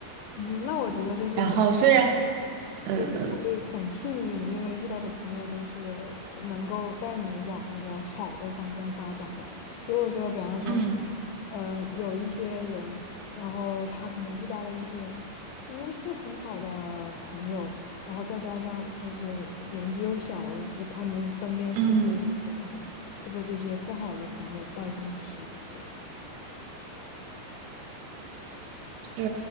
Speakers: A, on the left (about 85°); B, on the right (about 75°).
A: 嗯，那我觉得就是
B: 然后虽然，嗯嗯。
A: 就是会很幸运，因为遇到的朋友都是能够带你往那个好的方向发展的。如果说，比方说像，
B: 嗯
A: 呃，有一些人，然后他可能遇到了一些不是很好的朋友，然后再加上就是年纪又小，不太能分辨是非的话，
B: 嗯。
A: 有可能就被这些不好的朋友带上歧途。
B: 是，